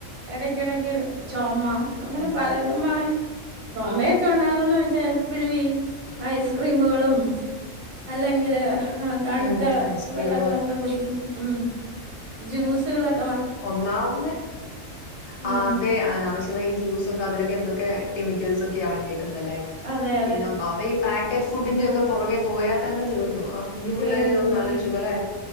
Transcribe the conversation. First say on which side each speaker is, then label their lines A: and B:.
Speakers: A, on the right; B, on the left.
A: എടക്കെടക്ക് ചൊമ അങ്ങനെ
B: ആം.
A: പലതുമായി ചൊമയൊക്കെ ഉണ്ടാവുന്ന വെച്ചാ എപ്പഴു ഈ ഐസ്ക്രീമുകളും അല്ലെങ്കില് തണ്ത്ത
B: ഉം ഐസ്ക്രീം
A: വെള്ളങ്ങളൊക്കെ കുടിക്യും ഉം ജ്യൂസ് കളെ
B: ഒന്നാവുത്
A: ഉം
B: ആഹ് അതെ അനാവശ്യ ജ്‌വൈ ജൂസൊക്കെ അതിലൊക്കെ എന്തൊക്കെ കെമിക്കൽ സൊക്കെ അടങ്ങീക്ക്ന്നല്ലേ
A: അതെ അതെ
B: പിന്നഹ് ഔതെ ഈ പാക്കറ്റ് ഫുഡിന്റെയൊക്കെ പൊറകെ പോയാതന്നെ തീർന്നു ആഹ് കുഞ്ഞു പിള്ളേരെ
A: തീർന്ന്
B: ഒന്ന്
A: തീർന്ന്
B: ആലോയ് ഷോക്കലെ